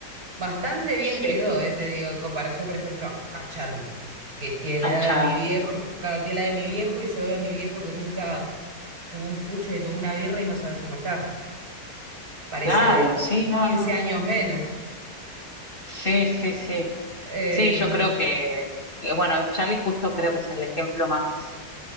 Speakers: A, on the right; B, on the left.
A: Bastante bien
B: sí.
A: quedó, eh, te digo, en comparación, por ejemplo, a, a Charlie, que tiene la
B: Achar.
A: edad de mi viejo, claro, tiene la edad de mi viejo y yo veo a mi viejo que nunca fumó un pucho ni tomó una birra y no sabes cómo está. Parece
B: Claro,
A: de
B: sí, no,
A: 15
B: no.
A: años menos.
B: Sí, sí, sí.
A: Eh,
B: Sí, yo creo que, eh, bueno, Charlie justo creo que es el ejemplo más,